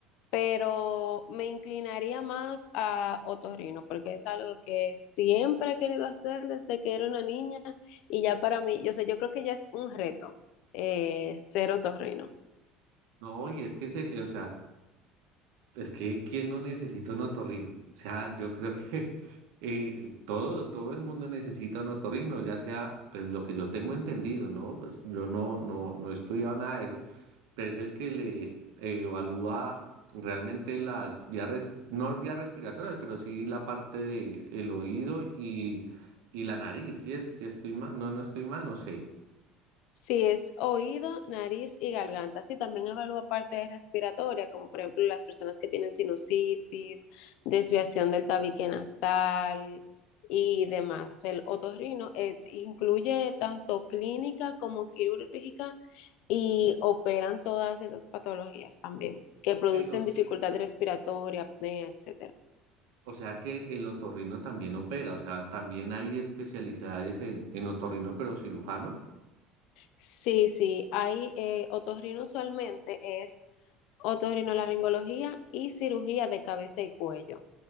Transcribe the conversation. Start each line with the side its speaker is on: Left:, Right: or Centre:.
Left: pero me inclinaría más a otorrino porque es algo que siempre he querido hacer desde que era una niña y ya para mí, yo sé, yo creo que ya es un reto eh, ser otorrino.
Right: No, y es que se, o sea, es que ¿quién no necesita un otorrino? O sea, yo creo que <laughs> eh, todo, todo el mundo necesita un otorrino, ya sea, pues lo que yo tengo entendido, ¿no? Pues yo no, no, no he estudiado nada de eso, pero es el que le eh, evalúa realmente las vías, res- no vías respiratorias, pero sí la parte de el oído y, y la nariz. Si es, si estoy mal, no, no estoy mal, no sé.
Left: Si es oído, nariz y garganta. Sí, también evalúa parte respiratoria, como por ejemplo las personas que tienen sinusitis, desviación del tabique nasal y demás. El otorrino eh, incluye tanto clínica como quirúrgica y operan todas esas patologías también, que producen
Right: Pero sí-
Left: dificultad respiratoria, apnea, etcétera.
Right: o sea que el otorrino también opera, o sea, también hay especialidades en, en otorrino, pero cirujano.
Left: Sí, sí, hay eh, otorrino usualmente es otorrinolaringología y cirugía de cabeza y cuello.